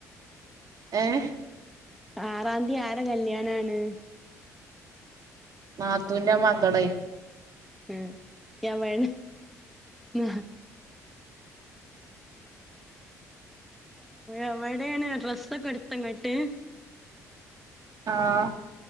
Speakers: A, on the right; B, in the centre.
A: ഏഹ്
B: ആറാന്തി ആരെ കല്ല്യാണാണ്
A: നാത്തൂന്റെ മകളൈ
B: ഉം എവടെ <unintelligible> എവടേണ് ഡ്രസൊക്കെ എടുത്തോ ഇങ്ങട്ട്
A: ആഹ്